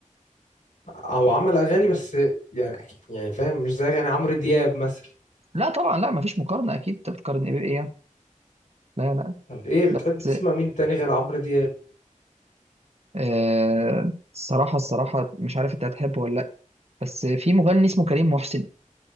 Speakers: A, on the left; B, on the right.
A: هو عمل اغاني بس يعني أكيد- يعني فاهم مش زي اغاني عمرو دياب مثلا
B: لا طبعا لا مفيش مقارنه اكيد انت بتقارن ايه بايه يعني لا لا
A: طب ايه بتحب
B: بس
A: تسمع مين تاني غير عمرو دياب
B: آه الصراحه الصراحه مش عارف انت هتحبه ولا لا بس في مغني اسمه كريم محسن